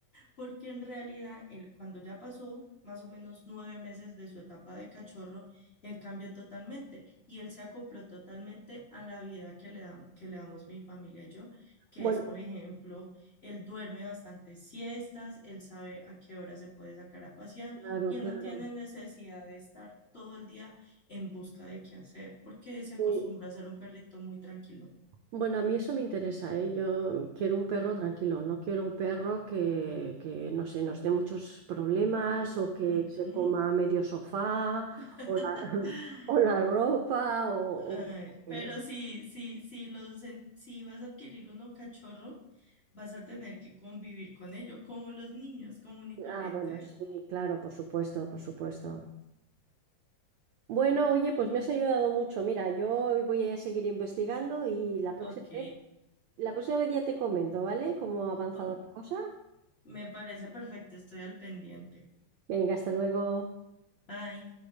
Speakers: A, on the left (about 20°); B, on the right (about 75°).
A: porque en realidad él cuando ya pasó más o menos nueve meses de su etapa de cachorro, él cambió totalmente y él se acopló totalmente a la vida que le dam- que le damos mi familia y yo, que
B: Bueno,
A: es, por ejemplo, él duerme bastantes siestas, él sabe a qué hora se puede sacar a pasear
B: claro,
A: y él
B: claro.
A: no tiene necesidad de estar todo el día en busca de qué hacer, porque se acostumbró
B: Sí.
A: a ser un perrito muy tranquilo.
B: Bueno, a mí eso me interesa, ¿eh? Yo quiero un perro tranquilo, no quiero un perro que, que, no sé, nos dé muchos problemas o que
A: Ujú.
B: se coma medio sofá
A: <laughs>
B: o la, <laughs> o la ropa o...
A: Ay,
B: o que-
A: pero sí, sí, sí los, en- si vas a adquirir uno cachorro, vas a tener que convivir con ello, como los niños, común y corriente.
B: Ah, bueno, sí, claro, por supuesto, por supuesto. Bueno, oye, pues me has ayudado mucho. Mira, yo voy a seguir investigando y la próxima
A: Ok,
B: vez, la próxima vez ya te comento, ¿vale? Cómo ha avanzado
A: o-
B: la cosa.
A: me parece perfecto, estoy al pendiente.
B: Venga, hasta luego.
A: Bye.